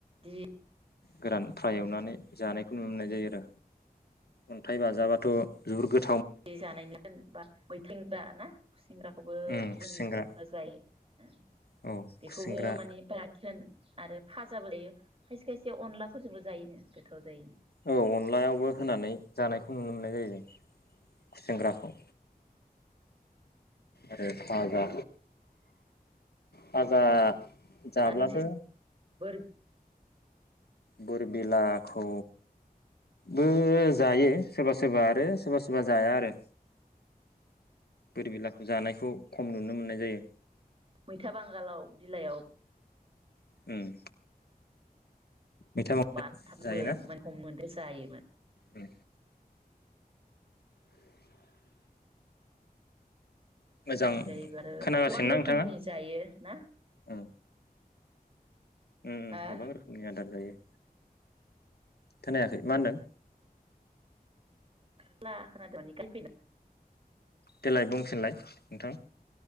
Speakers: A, on the right; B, on the left.
A: <unintelligible>
B: गोरान फ्राय एवनानै जानायखौ नुनो मोननाय जायो आरो अन्थाइ बाजाबाथ जोबोद गोथा
A: जि जानाय <unintelligible> होनबा <unintelligible> खुसेंग्राखौबो
B: उम खुसेंग्रा
A: जोंनि बरफ्रा जायो
B: औ
A: बेखौबो
B: खुसेंग्रा
A: माने बाथोन आरो फाजाबो लायो। खायसे खायसे अनलाफोरजोंबो जायोनो। गोथाव जायो।
B: औ अनलायावबो होनानै जानायखौ नुनो मोननाय जायो जों खुसेेंग्राखौ। आरो फाजा फाजा जाब्लाबो
A: आरो मोनसे बोर
B: बोरबिलाखौ बो जायो सोरबा सोरबा आरो सोरबा सोरबा जाया आरो बोरबिलाखौ जानायखौ खम नुनो मोननाय जायो।
A: मैथा बांगालाव बिलाइयाव
B: उम मैथा बांसिन
A: बाथामबो
B: जायोना
A: <unintelligible> हमनोबो जायोमोन।
B: उम मोजां
A: <unintelligible> गोबां
B: खोनागासिनोना
A: रोखोमनि
B: नोंथाङा
A: जायो ना?
B: उम उम उम
A: हा
B: गोबां रोखोमनि आदार जायो। खोनायाखै मा होनदों?
A: <unintelligible> <unintelligible>
B: देलाय बुंफिनलाय नोंथां